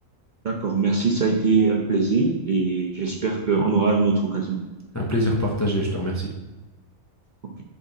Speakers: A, on the right (about 45°); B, on the left (about 15°).
A: d'accord. Merci, ça a été un plaisir et j'espère qu'on aura une autre occasion.
B: Un plaisir partagé, je te remercie.
A: Ok.